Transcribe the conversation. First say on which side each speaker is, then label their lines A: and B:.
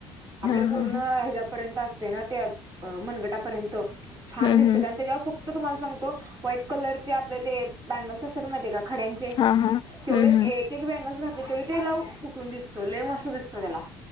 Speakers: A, on the right; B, on the left.
A: आपल्या
B: हा हा
A: पूर्ण
B: हा
A: ह्याच्यापर्यंत असते ना त्या मनगटापर्यंत छान
B: हम्म
A: दिसते
B: हम्म.
A: आणि त्याच्यावर फक्त तुम्हाला सगतो व्हाईट कलरचे आपल्या बँगल्स अस माहि का? खड्यांचे
B: हा हा
A: तेवढे
B: हम्म हम्म
A: एक एक बँगल घातले तरी तेला उठून दिसतो लेय मस्त दिसतंय त्याला